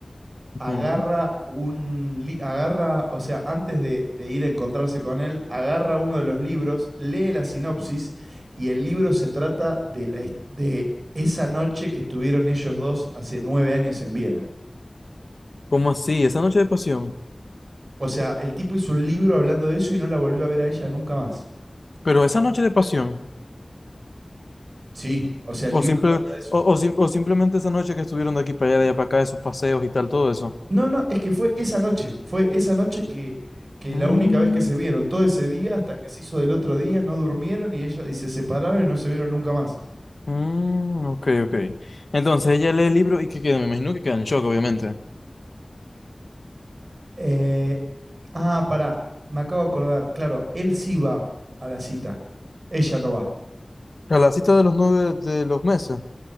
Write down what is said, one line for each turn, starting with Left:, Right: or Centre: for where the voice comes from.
Right: agarra
Left: Ujú.
Right: un... li- agarra, o sea, antes de, de ir a encontrarse con él, agarra uno de los libros, lee la sinopsis y el libro se trata de, la, his- de esa noche que estuvieron ellos dos hace nueve años en Viena.
Left: ¿Cómo así? Esa noche de pasión.
Right: O sea, el tipo hizo un libro hablando de eso y no la volvió a ver a ella nunca más.
Left: Pero esa noche de pasión.
Right: Sí, o sea, el
Left: O,
Right: libro
Left: simple,
Right: trata de eso.
Left: o, o sim- o simplemente esa noche que estuvieron de aquí para allá, de allá para acá, esos paseos y tal, todo eso.
Right: No, no, es que fue esa noche, fue esa noche que, que
Left: Mm,
Right: la única vez que se vieron, todo ese día hasta que se hizo del otro día, no durmieron y ella y se separaron y no se vieron nunca más.
Left: mm, ok, ok. Entonces ella lee el libro y qué queda, me imagino que queda en shock, obviamente.
Right: Eh, ah, pará, me acabo de acordar, claro, él sí va a la cita, ella no va.
Left: A la cita de los nueve de los meses.